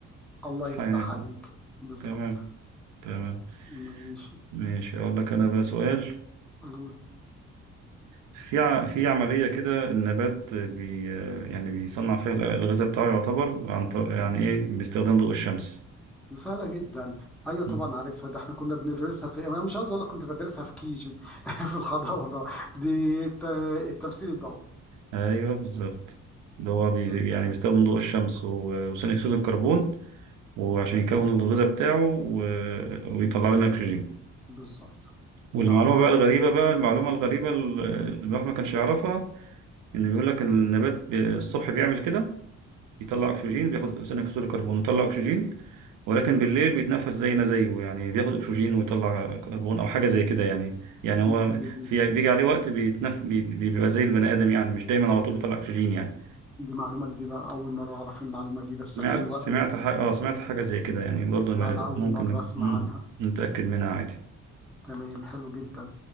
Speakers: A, in the centre; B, on the right.
A: الله
B: إسحاق
A: يفتح
B: نيوتن
A: عليك بالظبط
B: تمام تمام
A: ماشي
B: ماشي أقول لك أنا بقى سؤال
A: قول
B: في ع- في عملية كده النبات بي آه، يعني بيصنع فيها الغ- الغذاء بتاعه يعتبر عن طر- يعني إيه باستخدام ضوء الشمس
A: سهله جدا ايوه طبعا
B: مم.
A: عارفها ده احنا كنا بندرسها في انا مش عاوز اقول لك كنت بدرسها في كيجي <laughs> في الحضانه دي الت- التمثيل
B: أيوه بالظبط اللي هو بي
A: الضوئي
B: يعني بيستخدم ضوء الشمس و- وثاني أكسيد الكربون وعشان يكون الغذاء بتاعه و- ويطلع لنا أكسجين
A: بالظبط
B: والمعلومة
A: عارفة
B: بقى الغريبة بقى المعلومة الغريبة اللي الواحد ما كانش يعرفها إن بيقول لك إن النبات ب- الصبح بيعمل كده بيطلع أكسجين بياخد ثاني أكسيد الكربون ويطلع أكسجين ولكن
A: مهم.
B: بالليل بيتنفس زينا زيه يعني بياخد أكسجين ويطلع كربون أو حاجة زي كده يعني يعني هو
A: دي جديدة دي
B: في بيجي عليه وقت بيتنف بي- بيبقى زي البني آدم يعني مش دايما على طول بيطلع أكسجين يعني
A: دي معلومة جديدة أول مرة أعرف المعلومة دي بس
B: سمعت
A: حلوة
B: سمعت
A: أوي
B: حاجة آه سمعت حاجة زي كده يعني برضه
A: لا أنا أول
B: ممكن
A: مرة
B: ن-
A: أسمع
B: مم،
A: عنها
B: نتأكد منها عادي
A: تمام حلو جدا